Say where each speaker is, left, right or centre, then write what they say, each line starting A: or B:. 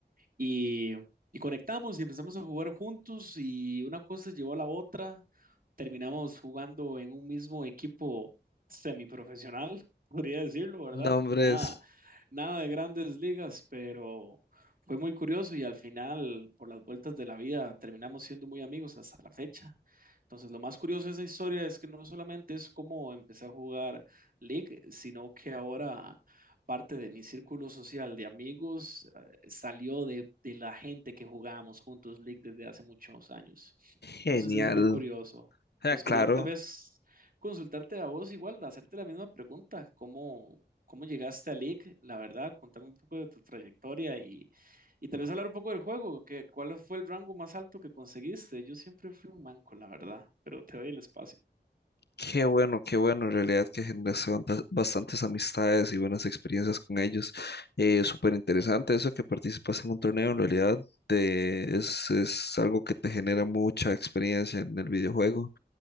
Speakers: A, on the right; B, on the left.
A: Y, y conectamos y empezamos a jugar juntos y una cosa llevó a la otra. Terminamos jugando en un mismo equipo semiprofesional, <laughs> podría decirlo, ¿verdad?
B: Nombres.
A: Nada, nada de grandes ligas, pero fue muy curioso y al final, por las vueltas de la vida, terminamos siendo muy amigos hasta la fecha. Entonces, lo más curioso de esa historia es que no solamente es cómo empecé a jugar League, sino que ahora parte de mi círculo social de amigos salió de, de la gente que jugábamos juntos League desde hace muchos años. Entonces
B: genial.
A: es muy curioso.
B: Ah,
A: Pues
B: claro,
A: quería tal vez consultarte a vos igual, hacerte la misma pregunta, ¿cómo, cómo llegaste a League? La verdad, contame un poco de tu trayectoria y, y tal vez hablar un poco del juego, que, ¿cuál fue el rango más alto que conseguiste? Yo siempre fui un manco, la verdad, pero te doy el espacio.
B: Qué bueno, qué bueno, en realidad que generaste banta- bastantes amistades y buenas experiencias con ellos. Eh, súper interesante eso que participas en un torneo, en realidad te- es, es algo que te genera mucha experiencia en el videojuego